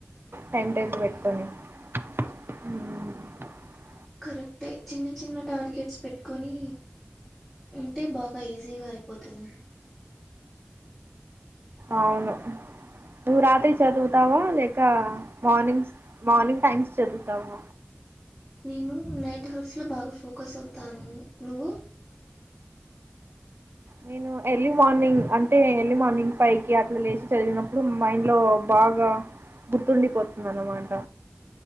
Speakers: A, on the right; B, in the centre.
A: టైం టేబుల్
B: ఉమ్,
A: పెట్టుకోని. ఉమ్.
B: కరెక్టే చిన్న చిన్న టార్గెట్స్ పెట్టుకొనీ. ఉంటె బాగా ఈజీగా అయిపోతుంది.
A: ఆవును. నువ్వు రాత్రి చదువుతావా లేకా మార్నింగ్స్ మార్నింగ్ టైమ్స్ చదువుతావా.
B: నేనూ నైట్ హౌర్స్ లో బాగా ఫోకస్ అవుతాను నువ్వు.
A: నేను ఎర్లీ మార్నింగ్ అంటే ఎర్లీ మార్నింగ్ ఫైవ్ కి అట్ల లేచి చదివినప్పుడు మైండ్ లో బాగ్. బాగా గుర్తుండిపోతుంది అనమాట.